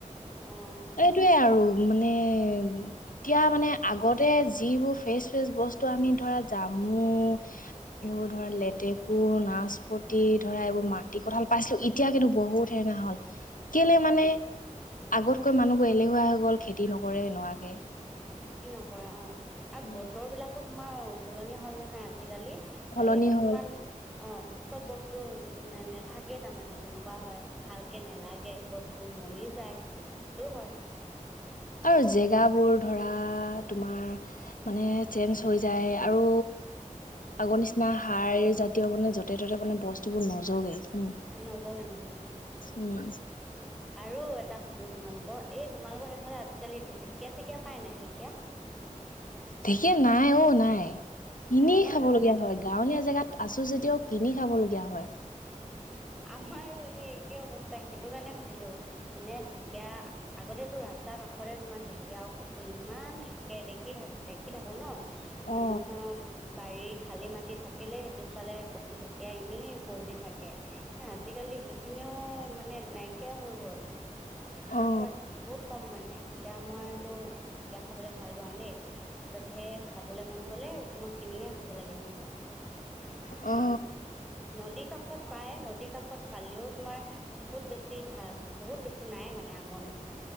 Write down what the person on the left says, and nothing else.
এইটোয়ে আৰু মানে এতিয়া মানে আগতে যিবোৰ ফ্ৰেচ ফেচ বস্তু আমি ধৰা জামু।
এইবোৰ ধৰা লেতেকু নাচপতি ধৰা এইবোৰ মাটি কঁঠাল পাইছিলো এতিয়া কিন্তু বহুত সেৰেঙা হ'ল। কেলে
মানে
আগতকৈ মানুহবোৰ এলেহুৱা হৈ গ'ল খেতি নকৰে এনেকুৱাকে।
উম
সলনি
হ'ল
আৰু জেগাবোৰ ধৰা তোমাৰ মানে চেঞ্জ হৈ যায় আৰু। আগৰ নিচিনা সাৰ জাতীয় মানে য'তে ত'তে মানে বস্তুবোৰ নজগে। উম
উম
ঢেঁকীয়া নাই অ নাই কিনি
খাব
লগগীয়া
হয় গাঁৱলীয়া জেগাত। আছো যেতিয়াও কিনি খাবলগীয়া হয়।
অ
অ
অ